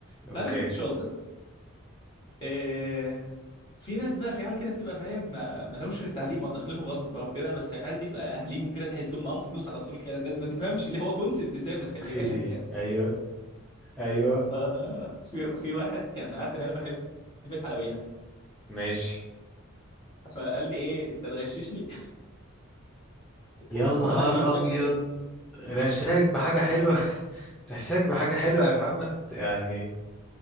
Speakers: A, on the left; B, in the centre.
A: فانا
B: اوكي
A: كنت شاطر آه، في ناس بقى في عيال كده بتبقى فاهم ما ما لهمش في التعليم او داخلينه غصب او كده بس العيال دي بقى اهليهم كده تحسهم معاهم فلوس على طول كده الناس ما تفهمش ليه هو كونسبت ثابت
B: اوكي
A: خلي بالك يعني
B: ايوه ايوه
A: ف- في في واحد كان عارف ان انا بحب الحلويات
B: ماشي
A: فقال لي ايه انت تغششني <laughs>
B: يا نهار
A: وانا هجيب
B: ابيض
A: لك
B: رشاك بحاجه حلوه <laughs> رشاك بحاجه حلوه يا محمد يعني